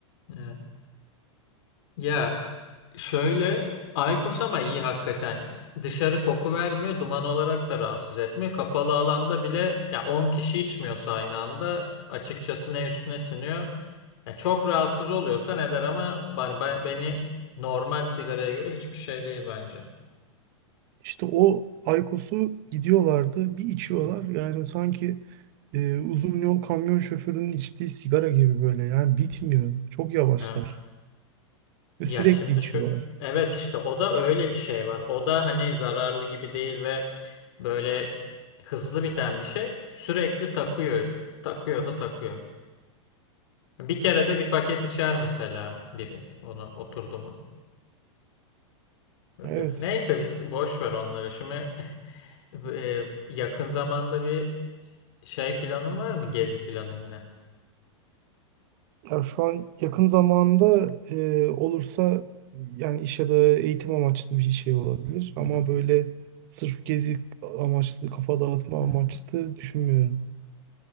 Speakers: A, on the left (about 60°); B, on the right (about 45°).
A: Evet. Ya şöyle Aykos ama iyi hakikaten. Dışarı koku vermiyor, duman olarak da rahatsız etmiyor. Kapalı alanda bile ya 10 kişi içmiyorsa aynı anda açıkçası ne üstüne siniyor. Ya çok rahatsız oluyorsa ne der ama ben, ben- beni normal sigaraya göre hiçbir şey değil bence.
B: İşte o Aykos'u gidiyorlardı. Bir içiyorlar.
A: Hı hı.
B: Yani sanki e, uzun yol kamyon şoförünün içtiği sigara gibi böyle. Yani bitmiyor. Çok yavaşlar.
A: Evet.
B: Ve
A: Ya
B: sürekli
A: şimdi
B: içiyorlar.
A: şu evet işte o da öyle bir şey var. O da hani zararlı gibi değil ve böyle hızlı biten bir şey. Sürekli takıyor. Takıyor da takıyor. Bir kere de bir paket içer mesela biri. Onu oturdu mu? Öyle
B: Evet.
A: bir şey. Neyse biz boş ver onları. Şimdi <laughs> e, yakın zamanda bir şey planın var mı? Gezi planın yine.
B: Ya şu an yakın zamanda e, olursa yani iş ya da eğitim amaçlı bir şey olabilir. Ama
A: Hı hı,
B: böyle sırf gezi amaçlı, kafa dağıtma
A: hı
B: amaçlı düşünmüyorum.